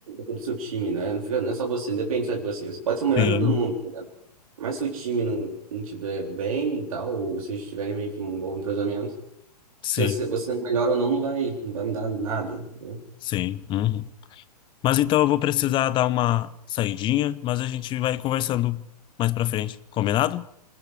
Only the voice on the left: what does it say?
sim,
sim,
sim. uhum. Mas então eu vou precisar dar uma saidinha, mas a gente vai conversando mais pra frente, combinado?